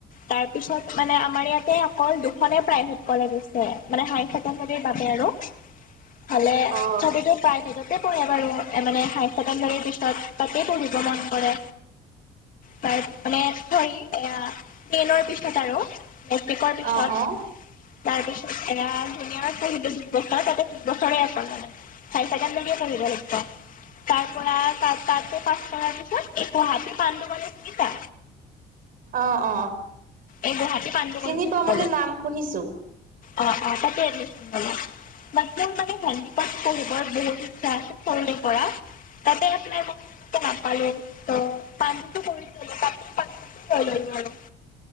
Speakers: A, on the left; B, on the right.
A: তাৰ পিছত মানে আমাৰ ইয়াতে অকল দুখনে প্ৰাইভেট কলেজ আছে, মানে হাই চেকেণ্ডেৰীৰ বাবে আৰু। ইফালে
B: অ
A: চবেতো প্ৰাই <unintelligible> পঢ়ে বাৰু মানে হায়াৰ ছেকেণ্ডাৰী পিছত। তাতেই পঢ়িব মন কৰে। বাৰ মানে চৰি এইয়া টেনৰ পিছত আৰু। মেট্ৰিকৰ পিছত।
B: অ অ
A: তাৰ পিছত এয়া জুনিঅৰত পঢ়িলো দুবছৰ তাতে দুবছৰে অকল মানে। হাই চছেকেণ্ডাৰীয়ে পঢ়িব লাগিব তাৰ পৰা তাত তাত তাতে পাঁচ কৰা পিছত, এই গুৱাহাটী পাণ্ডু কলেজ শুনিছা?
B: অ', অ',
A: এই গুৱাহাটী পাণ্ডু
B: চিনি
A: কলেজত
B: পাও
A: গ'লো
B: মানে নাম শুনিছো।
A: অ', অ', তাতে এডমিশ্যন ললোঁ। বাত মোৰ মানে হেন্দিকত পঢ়িবৰ বহুত ইচ্ছা আছিল সৰুৰে পৰা। তাতে এপ্লাই কৰোতেটো নাপালো ত' পাণ্ডটো কৰি থলোঁ <unintelligible> লৈ ললোঁ আৰু।